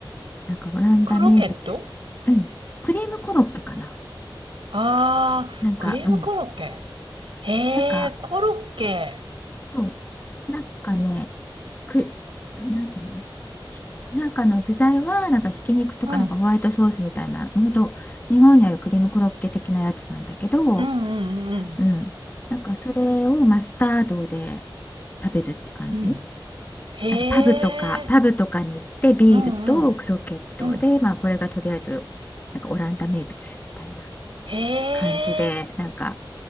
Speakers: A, on the left; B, on the right.
A: なんかオランダ名物、
B: クロケット
A: うん、クリームコロッケかな。
B: ああー、
A: なんか、
B: クリームコロッケ。
A: うん、
B: へえ、
A: なんか
B: コロッケ。
A: そう。なんかね、く、なんていうのひなんかの具材は、なんかひき肉とか、
B: うん、
A: なんかホワイトソースみたいな、ほんと、日本にあるクリームコロッケ的なやつなんだけど、
B: うんうんうんうん。
A: うん。なんかそれをマスタードで食べるって感じ
B: うんへ
A: なんかパブとか、
B: え、
A: パブとかに行ってビールとクロケットで、
B: うんうん、うん。
A: まあこれがとりあえず、なんかオランダ名物みたいな
B: へ
A: 感じで、
B: え、
A: なんか、